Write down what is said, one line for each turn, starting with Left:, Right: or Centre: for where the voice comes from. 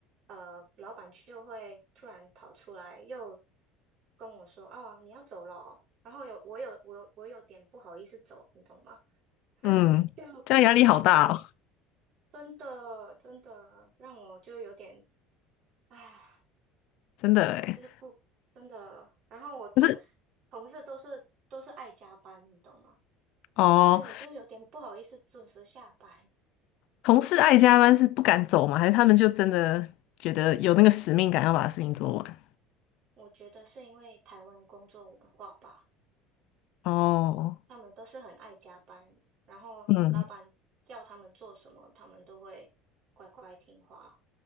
Right: 呃老板就会突然跑出来又跟我说啊、你要走了哦，然后有我有我有我有点不好意思走，你懂吗？<laughs>
Left: 嗯，
Right: 就
Left: 这样压力好大哦，
Right: 打算真的真的让我就有点唉。
Left: 真的诶。
Right: 就是不真的。然后我同事同事都是都是爱加班，
Left: 可是
Right: 你懂吗？
Left: 哦，
Right: 所以我就有点不好意思准时下班。
Left: 同事爱加班是不敢走吗？还是他们就真的觉得有那个使命感要把事情做完？
Right: 就是我觉得是因为台湾工作文化吧，
Left: 哦，
Right: 他们都是很爱加班，然后老板叫他们做什么，
Left: 嗯，
Right: 他们都会乖乖听话。